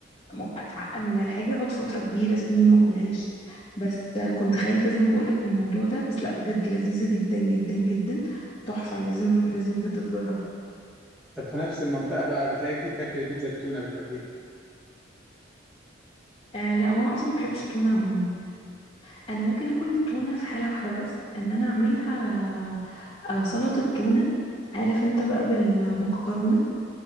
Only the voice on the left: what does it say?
م- اتعقد من الحاجه اقعد فتره كبيره سنين ما اكلهاش بس آه، كنت خايفه زي ما بقولك من الموضوع ده بس لا بجد لذيذه جدا جدا جدا تحفه لازم لازم بجد تجربها
آه لا هو انا اصلا ما بحبش التونه عموما انا ممكن اكل التونه في حاله واحده بس ان انا اعملها آه سلطه تونه عارف انت بقى بالمكرونه